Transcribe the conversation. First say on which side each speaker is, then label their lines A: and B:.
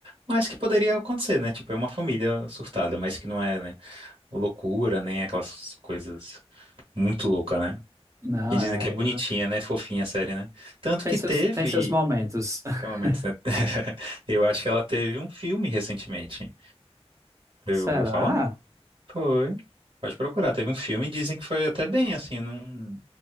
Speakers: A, on the right; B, on the right.
A: mas que poderia acontecer, né? Tipo, é uma família surtada, mas que não é, né, loucura, nem aquelas coisas muito loucas, né?
B: não,
A: E dizem
B: é.
A: que é bonitinha, né? Fofinha a série, né? Tanto
B: Tem
A: que
B: seus,
A: teve.
B: tem seus momentos. <laughs>
A: tem momentos, né? <laughs> Eu acho que ela teve um filme recentemente. Você
B: Será?
A: ouviu falar? Foi. Pode procurar. Teve um filme e dizem que foi até bem, assim, não